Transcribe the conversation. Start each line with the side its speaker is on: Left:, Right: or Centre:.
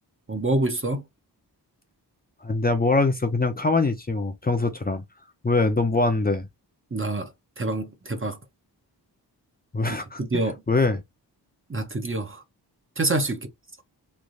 Right: 어, 뭐 하고 있어?
Left: 아, 내가 뭘 하겠어. 그냥 가만히 있지, 뭐. 평소처럼. 왜? 넌 뭐 하는데?
Right: 나 대박, 대박.
Left: <laughs>
Right: 나 드디어,
Left: 왜?
Right: 나 드디어 퇴사할 수 있게 됐어.